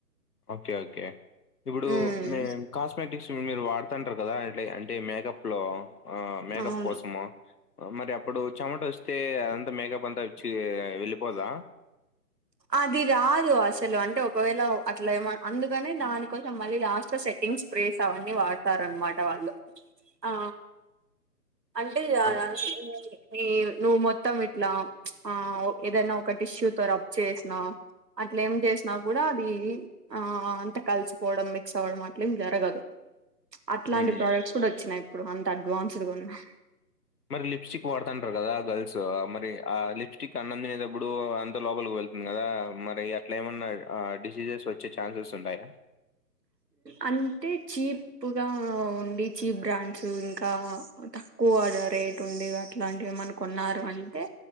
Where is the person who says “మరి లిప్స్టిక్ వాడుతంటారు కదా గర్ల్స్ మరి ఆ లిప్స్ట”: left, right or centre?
Left